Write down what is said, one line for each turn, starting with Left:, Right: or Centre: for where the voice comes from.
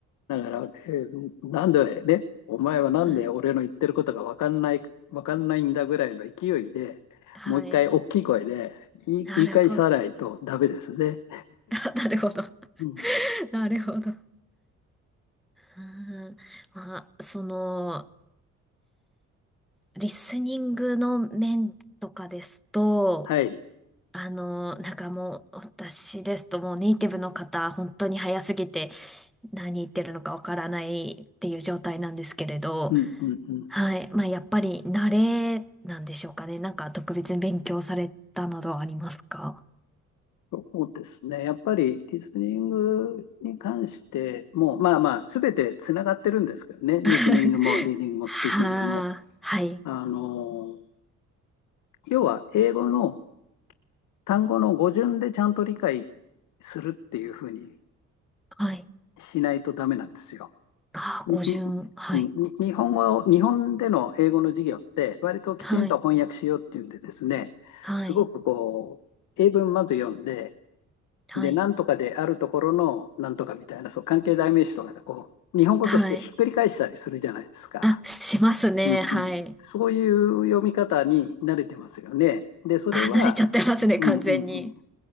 Left: だから、ええなんでね、お前はなんで俺の言ってることが分かんない、
Centre: はい。
Left: わかんないんだぐらいの勢いで、
Centre: はい。
Left: もう一回大きい声で言い、
Centre: なるほど。
Left: 言い返さないとダメですね。
Centre: <laughs> あなるほど。<laughs>
Left: うん、
Centre: なるほど。うーん。まあ、その、リスニングの面とかですと、
Left: はい。
Centre: あの、なんかもう、私ですともうネイティブの方、本当に早すぎて、何言ってるのかわからないっていう状態なんですけれど、
Left: うん、うん、うん。
Centre: はい。まあ、やっぱり慣れなんでしょうかね。なんか特別に勉強されたなどはありますか
Left: そうですね。やっぱりリスニングに関しても、まあまあ、すべてつながってるんですけどね。リスニングも、
Centre: <laughs>
Left: リーディングも、
Centre: はあ、
Left: スピーキングも。
Centre: <laughs> はい、
Left: あの要は英語の単語の語順でちゃんと理解するっていうふうに
Centre: はい。
Left: しないとダメなんですよ。
Centre: ああ、
Left: に
Centre: 語順、はい、
Left: に日本語、日本での英語の授業って割ときちんと翻訳しようっていうんでですね、
Centre: はい、はい、
Left: すごくこう、英文まず読んで、
Centre: はい、
Left: で、なんとかであるところのなんとかみたいな、そう、関係代名詞とかでこう、日本語としてひっくり返したりするじゃないですか。
Centre: はい。あ、しますね、
Left: うんうん、
Centre: はい。
Left: そういう読み方に慣れてますよね。で、それは、
Centre: あ、慣れちゃってますね、
Left: うんうんうん。
Centre: 完全に。